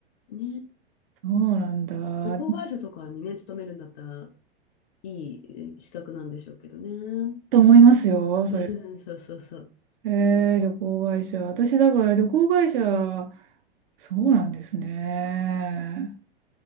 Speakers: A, on the left; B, on the right.
A: う。ね。
B: そうなんだ。
A: 旅行会社とかにね、勤めるんだったら、いいえー資格なんでしょうけどね。<laughs>
B: と思いますよ、それ。
A: うんそうそうそう。
B: えー、旅行会社。私、だから旅行会社、そうなんですね。